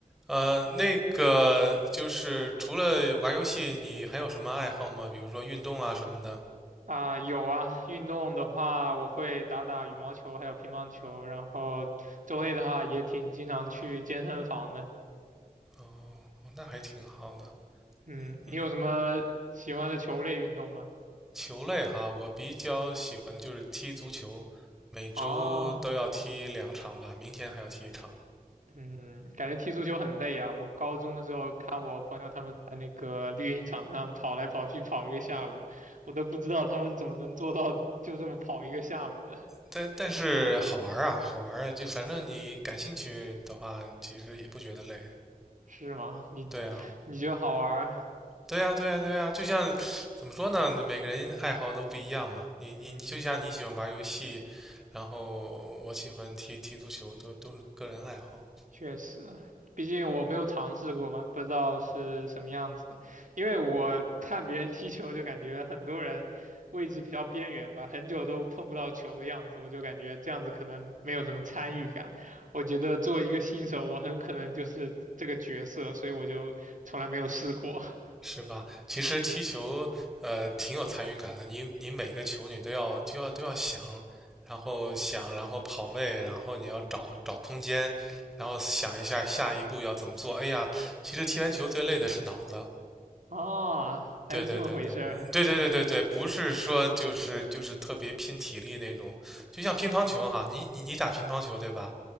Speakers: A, in the centre; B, on the right.
A: 呃，那个就是除了玩游戏，你还有什么爱好吗？比如说运动啊什么的。
B: 啊，有啊，运动的话，我会打打羽毛球，还有乒乓球，然后周内的话也挺经常去健身房的。
A: 哦，那还挺好的。
B: 嗯，
A: 你
B: 你有什么喜欢的球类运动吗？
A: 球类哈，我比较喜欢的就是踢足球，每周都要踢两场吧，
B: 啊，
A: 明天还要踢一场。
B: 嗯，感觉踢足球很累啊。我高中的时候看我朋友他们在那个绿茵场上跑来跑去跑一个下午，我都不知道他们怎么能做到就这么跑一个下午的，
A: 但但是好玩儿啊，好玩儿啊，就反正你感兴趣的话，其实也不觉得累。
B: 是吗？你
A: 对啊。
B: 你觉得好玩儿
A: 对呀，对呀，对呀，就像怎么说呢？每个人爱好都不一样嘛。你你你，
B: 嗯。
A: 就像你喜欢玩游戏，然后我喜欢踢踢足球，都都是个人爱好，
B: 确实，毕竟我没有尝试过嘛，不知道是什么样子的。因为我看别人踢球，就感觉很多人位置比较边缘吧，很久都碰不到球的样子，我就感觉这样子可能没有什么参与感。我觉得作为一个新手，我很可能就是这个角色，所以我就从来没有试过。
A: 是吧？其实踢球，呃，挺有参与感的。你你每个球你都要就要都要想，然后想，然后跑位，然后你要找找空间，然后想一下下一步要怎么做。哎呀，其实踢完球最累的是脑子。
B: <laughs> 哦，还有这么回事儿，
A: 对对对对对对对对对，不是说就是就是特别拼体力那种，就像乒乓球哈，你你你打乒乓球对吧？